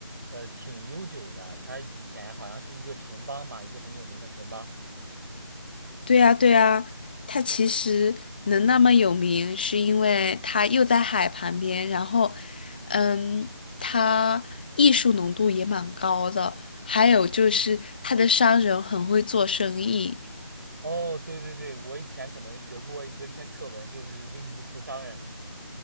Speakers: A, on the right; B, on the left.
A: 呃，挺悠久的。它以前好像是一个城邦嘛，一个很有名的城邦。
B: 对呀，对呀，它其实能那么有名，是因为它又在海旁边，然后，嗯，它艺术浓度也蛮高的，还有就是它的商人很会做生意。
A: 哦，对对对，我以前可能学过一个一篇课文，就是威尼斯商人嘛。